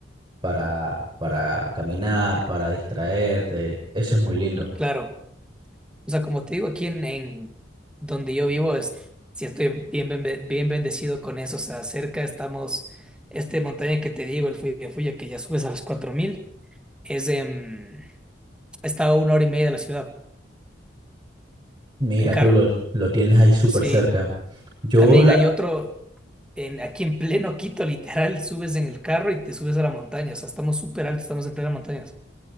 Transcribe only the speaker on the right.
para, para caminar, para distraerte. Eso es muy lindo.
Mira,
tú lo, lo tienes ahí súper
cerca. Yo
la...